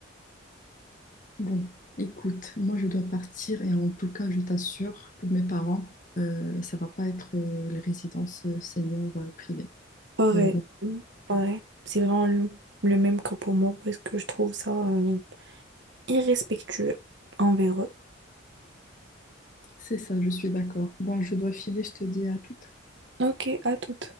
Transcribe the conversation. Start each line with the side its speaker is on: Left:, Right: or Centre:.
Left: Bon, écoute, moi, je dois partir. Et en tout cas, je t'assure, pour mes parents, euh, ça va pas être euh, les résidences euh, seniors euh, privées.
Right: Pareil,
Left: Bon, ils vont.
Right: Mm, pareil. C'est vraiment le, le même cas pour moi parce que je trouve ça euh, irrespectueux envers eux.
Left: C'est ça, je suis d'accord. Bon, je dois filer. Je te dis à tout.
Right: Ok, à tout.